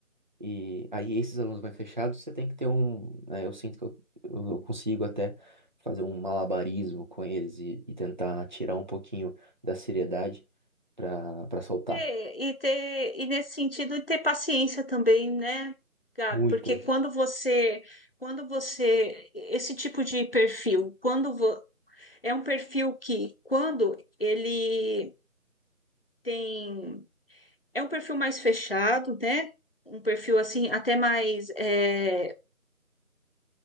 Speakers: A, on the right (about 35°); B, on the left (about 40°).
A: E aí, esses alunos mais fechados, você tem que ter um. né, eu sinto que eu, eu consigo até fazer um malabarismo com eles e, e tentar tirar um pouquinho da seriedade para para soltar.
B: E, e ter, e nesse sentido, ter paciência também, né, Gabi?
A: Muita.
B: Porque quando você, quando você, esse tipo de perfil, quando vo- é um perfil que, quando ele tem, é um perfil mais fechado, né? Um perfil assim, até mais, é,